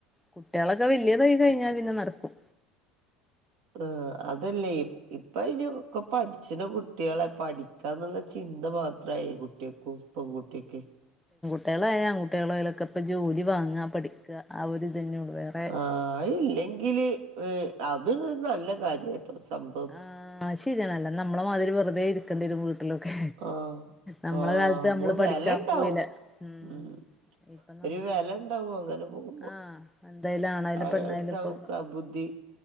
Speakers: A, in the centre; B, on the right.
A: കുട്ട്യേളോക്കെ വല്ല്യതായി കഴിഞ്ഞാ പിന്നെ നടക്കും
B: ആഹ് അതല്ലേ ഇപ്പയിന് ഒക്കെ പഠിച്ച്ണ കുട്ട്യാള പഠി ക്കാന്ന്ള്ള ചിന്ത മാത്രായി കുട്ട്യേക്കും പെൺകുട്ടിക്കേ
A: കുട്ട്യാളായാ ആൺകുട്ട്യളായാലൊക്കെ ഇപ്പോ ജോലി വാങ്ങാ പഠിക്ക ആ ഒര്തെന്നൊള്ളു വേറേ
B: ആഹ് അത് ഇല്ലെങ്കില് ഏഹ് അത് നല്ല കാര്യാട്ടോ സംഭ
A: ആഹ് അത് ശരിയാണ് അല്ല നമ്മള മാതിരി വെറ്തെ ഇരിക്കേണ്ടി വരും വീ ലൊക്കെ
B: ആഹ്
A: നമ്മള
B: ആഹ്
A: കാലത്ത് നമ്മള്
B: നമ്മ
A: പഠിക്കാൻ
B: വില ഉണ്ടാവും
A: പോയില്ല മ്മ്
B: ഉം
A: ഇപ്പൊ നമ്മ
B: ഒരു വില ഉണ്ടാവും അങ്ങനെ പോകുമ്പോ
A: ആഹ് എന്തായാലും ആണായാലും
B: അയാളത്തെ
A: പെണ്ണായാലും ഇപ്പൊക്കെ
B: നമുക്ക് ആ ബുദ്ധി